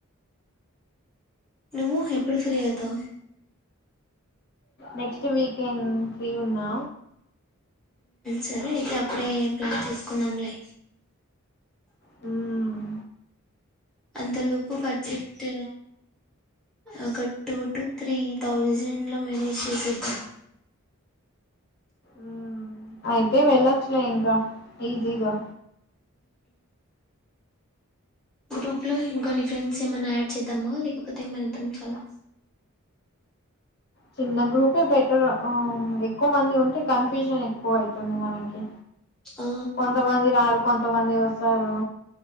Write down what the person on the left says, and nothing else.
నెక్స్ట్ వీకెండ్ ఫ్రీ ఉన్నా
హుమ్
ఊ అయితే వెళ్లచ్చులే ఇంకా ఈజీగా
చిన్న గ్రూపే బెటర్ ఊ ఎక్కువ మంది ఉంటే కన్ఫ్యూజన్ ఎక్కువ అవుతుంది మనకి
కొంతమంది రారు కొంతమంది వస్తారు